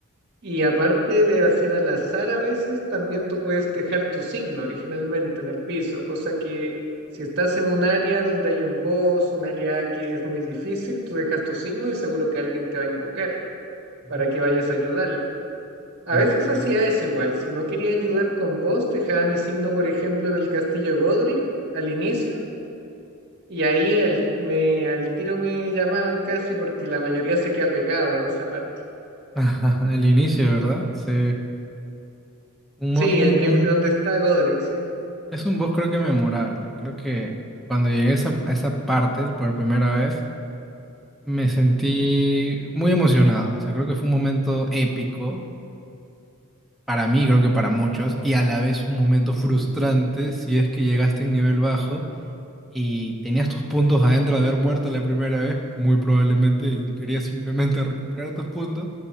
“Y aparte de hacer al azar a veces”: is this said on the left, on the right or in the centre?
Right